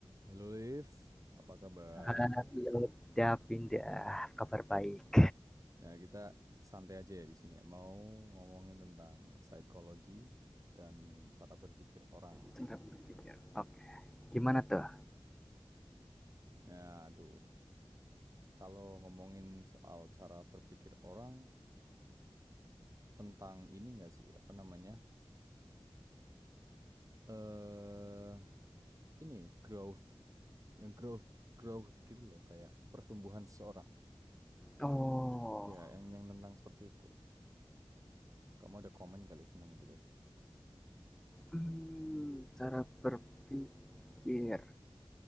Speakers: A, on the right; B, in the centre.
A: Halo Liv, apa kabar?
B: Halo, udah pindah. Kabar baik.
A: Nah, kita santai aja ya di sini ya. Mau ngomongin tentang psikologi dan cara berpikir orang.
B: Cara berpikir. Oke. Okay. Gimana tuh?
A: Ya, aduh, kalau ngomongin soal cara berpikir orang tentang ini nggak sih, apa namanya? Eh, ini growth, yang growth growth gitu loh, kayak pertumbuhan seseorang.
B: Oh.
A: Iya, yang yang tentang seperti itu. Kamu ada komen gak Liv tentang itu, Liv?
B: Hmm, cara berpikir